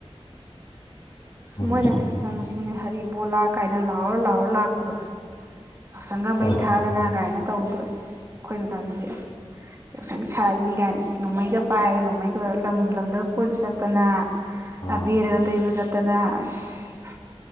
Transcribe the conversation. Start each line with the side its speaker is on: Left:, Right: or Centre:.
Left: ꯍꯣꯏ
Right: ꯃꯣꯏꯅꯁꯤ ꯌꯥꯝ ꯑꯗꯨꯅꯦ ꯍꯔꯤ ꯣꯂꯥ ꯀꯥꯏꯅ ꯂꯥꯎꯔ ꯂꯥꯎꯔ ꯂꯥꯛꯄꯨꯔꯣꯁ ꯌꯥꯎꯁꯪꯒ
Left: ꯍꯣꯏ
Right: ꯃꯩ ꯊꯥꯗꯅ ꯀꯥꯏꯅ ꯇꯧꯕꯗꯣ ꯑꯁ ꯑꯩꯈꯣꯏ ꯃꯇꯝꯗꯗꯤ ꯑꯁ ꯌꯥꯎꯁꯪ ꯁꯥꯔꯤꯅꯤ ꯀꯥꯏꯅ ꯑꯁ ꯅꯣꯡꯃꯩꯒ ꯄꯥꯏꯗ ꯅꯣꯡꯃꯩꯒ ꯂꯣꯏꯔ ꯂꯝ ꯂꯝꯗꯒ ꯀꯣꯏꯕ ꯆꯠꯇꯅ
Left: ꯑꯥ
Right: ꯑꯕꯤ ꯑꯦꯔꯦꯒ ꯇꯕ ꯆ ꯇꯅ ꯑꯁ